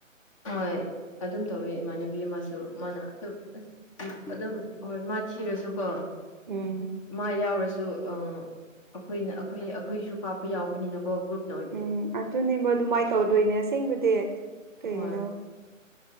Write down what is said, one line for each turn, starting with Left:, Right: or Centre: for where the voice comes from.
Left: ꯍꯣꯏ ꯑꯗꯨꯝ ꯇꯧꯋꯦ ꯏꯃꯥꯟꯅꯕꯤ ꯑꯃꯁꯨ ꯑ ꯃꯥꯅ ꯑ ꯑꯁ ꯑꯗꯨꯝ ꯍꯣꯏ ꯃꯥ ꯊꯤꯔꯁꯨ ꯀꯣ
Right: ꯎꯝ
Left: ꯃꯥ ꯌꯥꯎꯔꯁꯨ ꯑ ꯑꯩꯈꯣꯏꯅ ꯑꯩꯈꯣꯏ ꯑꯩꯈꯣꯏꯁꯨ ꯀꯥꯞꯄ ꯌꯥꯎꯕꯅꯤꯅꯀꯣ ꯒ꯭ꯔꯨꯞ
Right: ꯎꯝ ꯑꯗꯨꯅꯦꯕ ꯑꯗꯨꯃꯥꯏꯅ ꯇꯧꯗꯣꯏꯅꯦ ꯑꯁꯦꯡꯕꯗꯤ ꯀꯩꯅꯣ
Left: ꯍꯣꯏ